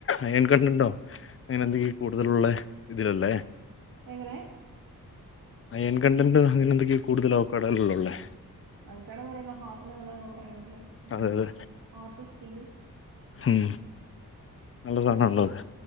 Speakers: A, on the left; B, on the right.
A: അയൺ കണ്ടന്റോ അങ്ങനെ എന്തെങ്കിലും കൂടുതലുള്ള ഇതിലല്ലേ
B: എങ്ങനെ
A: അയൺ കണ്ടൻ്റോ അങ്ങനെ എന്തൊക്കെയോ കൂടുതൽ അവകാടോയിൽ അല്ലെ ഒള്ളേ
B: അവക്കാടോന്ന് പറയുന്നെ ഹാർട്ടിന് നല്ലതാന്നൊക്കെ പറയുന്നുണ്ടല്ലോ ഉം
A: അതെ അതെ
B: ഹാർട്ട് സ്കിന്ന്
A: ഉം നല്ല സാധനാണല്ലോ അത്